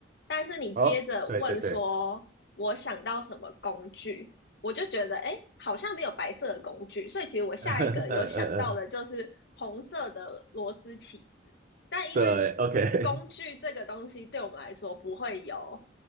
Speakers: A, on the left; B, on the right.
A: 但是你接着问说我想到什么工具，
B: 哦，对对对，
A: 我就觉得诶，好像没有白色的工具，所以其实我下一个有想到的就是红色的螺丝起子，
B: <laughs> 嗯嗯嗯，嗯
A: 但因为
B: 对，OK，
A: 工具这个东西对我们来说不会有。